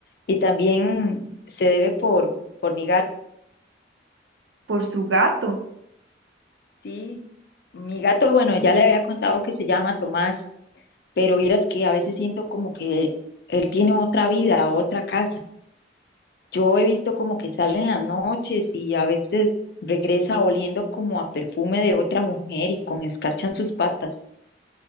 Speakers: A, on the left (about 55°); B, on the right (about 80°).
A: Y también se debe por, por mi gato.
B: Por su gato.
A: Sí, mi gato, bueno, ya le había contado que se llama Tomás, pero vieras que a veces siento como que él tiene otra vida, otra casa. Yo he visto como que sale en las noches y a veces regresa oliendo como a perfume de otra mujer y con escarcha en sus patas.